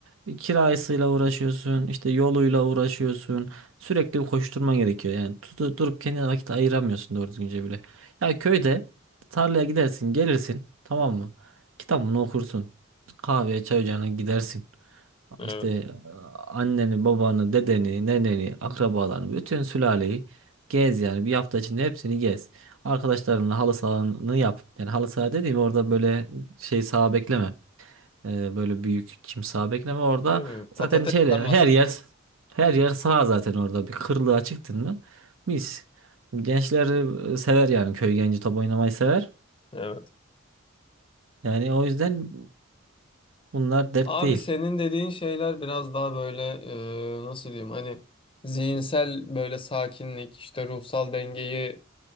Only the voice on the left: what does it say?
Evet.
Değil mi?
Patates
tarlasında.
Evet.
Abi
senin dediğin şeyler biraz daha böyle e, nasıl diyeyim hani zihinsel böyle sakinlik işte ruhsal dengeyi